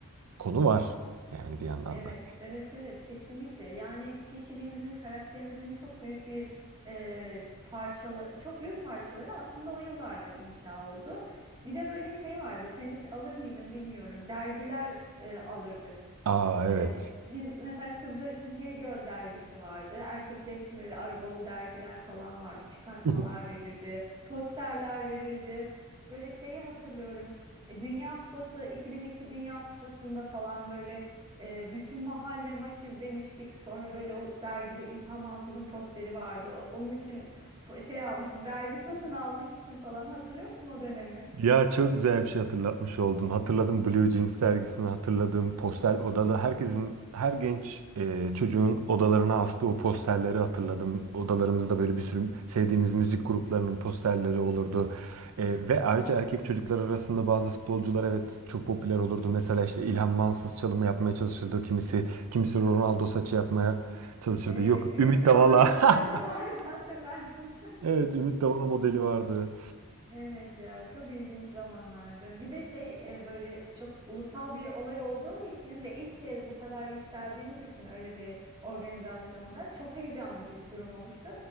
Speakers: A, on the right; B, on the right.
A: konu var yani bir yandan
B: Evet,
A: da.
B: evet, evet, kesinlikle. Yani kişiliğimizin, karakterimizin çok büyük bir e, parçalı, çok büyük parçaları aslında o yıllarda inşa oldu. Bir de böyle şey vardı. Sen hiç alır mıydın bilmiyorum. Dergiler e, alırdık.
A: Aa evet.
B: Ee, biz mesela kızlar için Hey Girl dergisi vardı. Erkekler için böyle arabalı dergiler falan vardı. Çıkartmalar
A: <laughs>
B: verirdi, posterler verirdi. Böyle şeyi hatırlıyorum. E, Dünya Kupası 2002 Dünya Kupası'nda falan böyle e, bütün mahalle maç izlemiştik. Sonra böyle o dergide İlham Ansız'ın posteri vardı. O- Onun için po- şey almıştım, dergi satın almıştım falan. Hatırlıyor musun o dönemi?
A: Ya çok güzel bir şey hatırlatmış oldun. Hatırladım Blue Jeans dergisini hatırladım. Postel odalı. Herkesin, her genç e, çocuğun odalarına astığı o posterleri hatırladım. Odalarımızda böyle bir sürü sevdiğimiz müzik gruplarının posterleri olurdu. E, ve ayrıca erkek çocuklar arasında bazı futbolcular evet çok popüler olurdu. Mesela işte İlhan Mansız çalımı yapmaya çalışırdı kimisi. Kimisi Ronaldo saçı yapmaya çalışırdı.
B: Evet,
A: Yok
B: Ümit
A: Ümit
B: Davala'nın
A: Davala.
B: bir saçı vardı
A: <laughs>
B: <laughs> hatırlarsın.
A: Evet Ümit Davala modeli vardı.
B: Evet ya çok ilginç zamanlardı. Bir de şey e, böyle çok ulusal bir olay olduğu için ve ilk kez bu kadar yükseldiğimiz için öyle bir organizasyonda çok heyecanlı bir durum olmuştu.